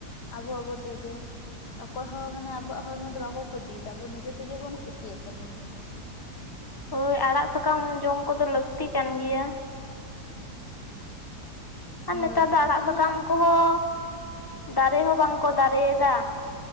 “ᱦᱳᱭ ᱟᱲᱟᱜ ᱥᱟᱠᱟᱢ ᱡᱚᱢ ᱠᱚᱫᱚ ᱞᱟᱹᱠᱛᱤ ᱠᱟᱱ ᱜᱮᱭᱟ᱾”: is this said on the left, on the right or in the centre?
Left